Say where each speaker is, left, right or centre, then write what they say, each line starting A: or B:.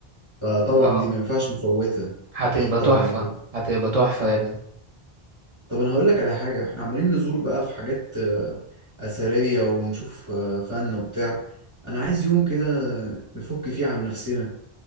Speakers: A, on the right; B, on the right.
A: فطبعا
B: اه
A: دي ما ينفعش نفوتها
B: هتبقى
A: أكيد طبعا
B: تحفه هتبقى تحفه يا ابني
A: طب أنا هقول لك على حاجة إحنا عمالين نزور بقى في حاجات آه، أثرية ونشوف آه، فن وبتاع أنا عايز يوم كده نفك فيه عن نفسنا